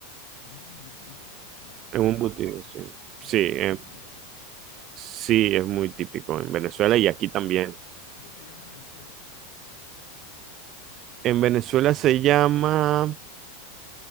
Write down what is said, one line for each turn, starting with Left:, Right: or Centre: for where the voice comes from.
Left: con un embutido y a la parrilla.
Right: un embutido, sí.
Left: Ustedes
Right: Sí, eh,
Left: no sé si lo tienen.
Right: sí, es muy típico en Venezuela y aquí también.
Left: ¿Cómo se llama en Venezuela?
Right: En Venezuela se llama,